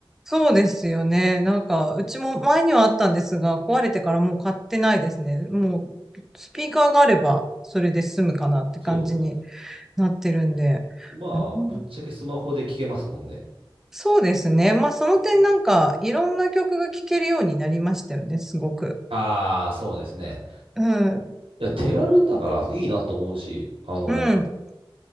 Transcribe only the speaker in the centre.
そうですよね。なんか、うちも前にはあったんですが、壊れてからもう買ってないですね。もう、スピーカーがあれば、それで済むかなって感じに
なってるんで。
あうん
そうですね。まあ、その点なんか、いろんな曲が聴けるようになりましたよね、すごく。
うん、
うん、